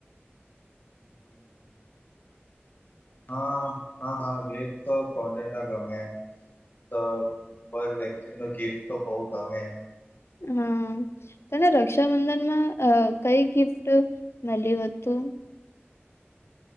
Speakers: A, on the left (about 50°); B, on the left (about 75°).
A: હમ હમ હા હા હા ગિફ્ટ તો કોને ન ગમે તો બર વ્યક્તિ નુ ગિફ્ટ તો બહુ ગમે
B: હમ તને રક્ષાબંધનમાં કઈ ગિફ્ટ મળ્યો હતું